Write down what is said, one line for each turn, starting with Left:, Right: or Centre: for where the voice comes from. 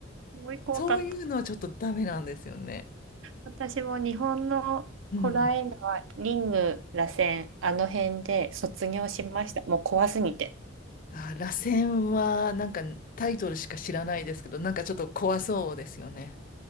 Right: すごい怖かった。
Left: そういうのはちょっとダメなんですよね。
Right: 私も日本のホラー映画は、
Left: うん。
Right: リング、螺旋、あの辺で卒業しました。もう怖すぎて。
Left: あ、螺旋は、なんかタイトルしか知らないですけど、なんかちょっと怖そうですよね。